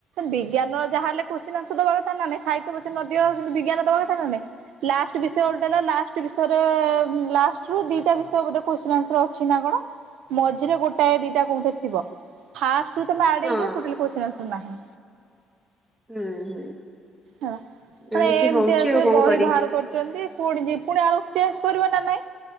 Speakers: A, on the right; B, on the right.
A: ବିଜ୍ଞାନର ଯାହାହଲେ କୋଶ୍ଚିନ୍ ଆନ୍ସର ଦବା କଥା ନା ନାହିଁ? ସାହିତ୍ୟ ପଛେ ନ ଦିଅ, କିନ୍ତୁ ବିଜ୍ଞାନ ଦବାକଥା ନା ନାହିଁ? ଲାଷ୍ଟ ବିଷୟ ଓଲଟାଲେ ହେଲା। ବିଷୟରେ ଲାଷ୍ଟ ରୁ ଦିଟା ବିଷୟ ବୋଧେ କୋଶ୍ଚିନ ଆନ୍ସର ଅଛି ନା କଣ? ମଝିରେ ଗୋଟାଏ ଦିଟା କୋଉଠି ଥିବ। ଫାଷ୍ଟରୁ ତମେ ଆଡ଼େଇଯିବ,
B: ହଁ
A: ଟୋଟାଲି କୋଶ୍ଚିନ୍ ଆନ୍ସର ନାହିଁ।
B: ହୁଁ ହୁଁ।
A: ହେଲା, ତମେ
B: ଏମିତି
A: ଏମତି
B: ହଉଛି
A: ଆସି
B: ଆଉ କଣ
A: ବହି
B: କରିବି
A: ବାହାର କରୁଛନ୍ତି? ପୁଣି ଯିବି, ପୁଣି ଆର ବର୍ଷ ଚେଞ୍ଜ କରିବକି ନା ନାହିଁ?